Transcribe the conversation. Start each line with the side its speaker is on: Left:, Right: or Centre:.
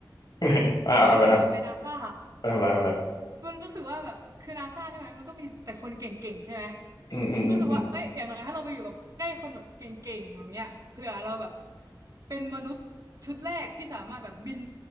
Left: <laughs> อ่าเอาไปทำไ
Right: เอออยากไปนาซา
Left: ปทำอะไรทำอะไร
Right: มันรู้สึกว่าแบบคือนาซาใช่ไหมมันก็มีแต่คนเก่งๆใช่ไหม
Left: อืมอืมอืมอืม
Right: มันก็รู้สึกว่าเอ้ยอย่างน้อยถ้าเราไปอยู่กับใกล้คนแบบเก่งๆแบบเนี้ยเผื่อเราแบบเป็นมนุษย์ชุดแรกที่สามารถแบบบิน